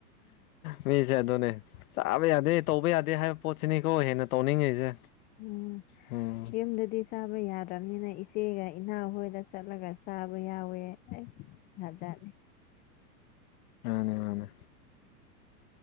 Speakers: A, on the left (about 60°); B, on the left (about 20°).
A: ꯃꯤꯁꯦ ꯑꯗꯨꯅꯦ ꯆꯥꯕ ꯌꯥꯗꯦ ꯇꯧꯕ ꯌꯥꯗꯦ ꯍꯥꯏꯕ ꯄꯣꯠꯁꯤꯅꯤꯀꯣ ꯍꯦꯟꯅ ꯇꯧꯅꯤꯡꯉꯤꯁꯦ
B: ꯎꯝ
A: ꯎꯝ
B: ꯌꯨꯝꯗꯗꯤ ꯁꯥꯕ ꯌꯥꯗ ꯌꯥꯠꯇ꯭ꯔꯕꯅꯤꯅ ꯏꯆꯦꯒ ꯏꯅꯥ ꯍꯣꯏꯗ ꯆꯠꯂꯒ ꯆꯥꯕ ꯌꯥꯎꯋꯦ ꯁ ꯍꯖꯦ
A: ꯑꯅꯦ ꯃꯥꯅꯦ